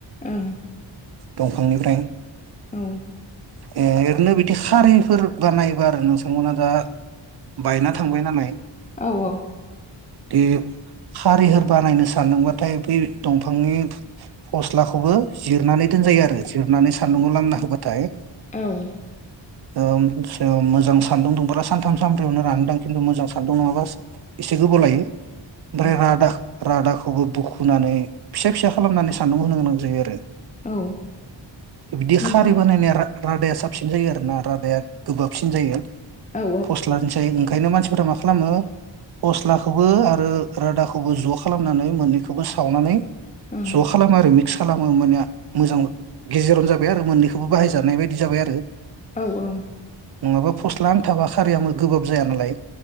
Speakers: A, on the left; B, on the right.
A: ओं
B: दंफांनिफ्राय
A: औ
B: <unintelligible> ओरैनो बिदि खारैफोर बानायोबा आरो नोंथां मोनहा दा बायना थांबाय नालाय।
A: औ ओं
B: बे खारिहोर बानायनो सान्दोंबाथाय बै दंफांनि फस्लाखौबो जिरनानै दोनजायो आरो जिरनानै सान्दुंआव लांना होबाथाय
A: औ
B: ओ मोजां सान्दुं दुंबाथाय सानथाम सानब्रैयावनो रानोदां खिन्थु मोजां सान्दुं नङाबा एसे गोबाव लायो। ओमफ्राय राधा
A: औ
B: रादाखौबो बुखुनानै फिसा फिसा खालामनानै सान्दुं होनो गोनां जायो आरो।
A: औ
B: बिदि
A: होमबा
B: खारै बानायनाया रादाया साबसिन जायो आरोना रादाया
A: औ
B: पस्टलानिसाय ओंखायनो मानसिफोरा मा खालामो फस्लाखौबो आरो आरो रोदाखौबो ज' खालामनानै मोननैखौबो सावनानै
A: ओं
B: ज' खालामो आरो मिक्स खालामो होमबानिया मोजां गेजेरावनो जाबाय आरो मोननैखौबो बाहायजानाय बायदि जाबाय आरो
A: औ औ
B: नङाबा फस्ला आन्थाबा खारिया गोबाब जाया नालाय